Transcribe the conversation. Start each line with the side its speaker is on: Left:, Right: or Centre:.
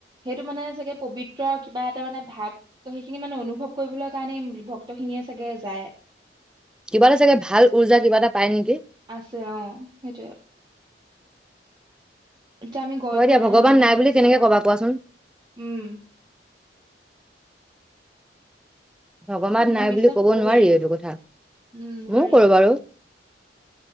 Right: সেইটো মানে চাগে পবিত্ৰ কিবা এটা মানে ভাৱ ত, সেইখিনি মানে অনুভৱ কৰিবলৈ কাৰণেই ভক্ত খিনিয়ে চাগে যায়।
Centre: কিবা এটা চাগে ভাল উৰ্জা কিবা এটা পায় নেকি?
Right: আছে অ, সেইটোয়ে। এয়া আমি গৈ পোৱা
Centre: দিয়া
Right: নাই
Centre: ভগৱান
Right: হয়, ইমান
Centre: বুলি
Right: বুজি
Centre: কেনেকে
Right: নাপাম।
Centre: কবা কোৱাচোন
Right: উম,
Centre: ভগবান
Right: অ মই
Centre: নাই
Right: বিশ্বাস
Centre: বুলি ক'ব
Right: কৰোৱে
Centre: নোৱাৰি এইটো কথা,
Right: উম নোৱাৰি
Centre: ময়ো কৰো বাৰু।